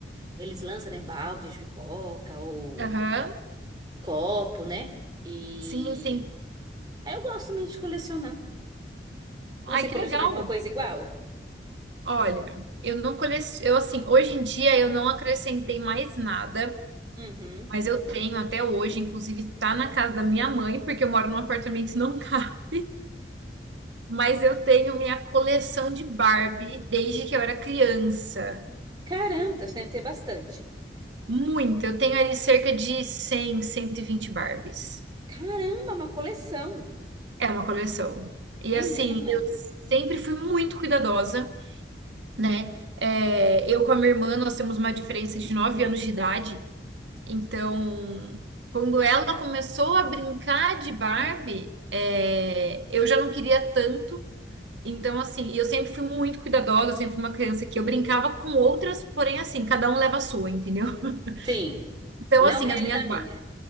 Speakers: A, on the right; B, on the right.
A: eles lançam, né, balde de pipoca ou
B: Aham.
A: copo, né? E
B: Sim, sim.
A: aí eu gosto também de colecionar. Você
B: Ai, que
A: coleciona
B: legal.
A: alguma coisa igual?
B: Olha, eu não coleciono, eu assim, hoje em dia eu não acrescentei mais nada,
A: Uhum.
B: mas eu tenho até hoje, inclusive tá na casa da minha mãe, porque eu moro num apartamento não <laughs> Mas eu tenho minha coleção de Barbie desde que eu era criança.
A: Caramba, então você deve ter bastante.
B: Muito. Eu tenho ali cerca de cem, cento e vinte Barbies.
A: Caramba, uma coleção.
B: É uma coleção. E
A: Menina.
B: assim, eu sempre fui muito cuidadosa, né? É, eu com a minha irmã, nós temos uma diferença de 9 anos de idade. Então, quando ela começou a brincar de Barbie, é, eu já não queria tanto. Então, assim, e eu sempre fui muito cuidadosa, eu sempre fui uma criança que eu brincava com outras, porém, assim, cada um leva a sua, entendeu? <laughs>
A: Sim,
B: Então,
A: não
B: assim,
A: rele
B: as minhas.
A: da
B: bar-
A: minha.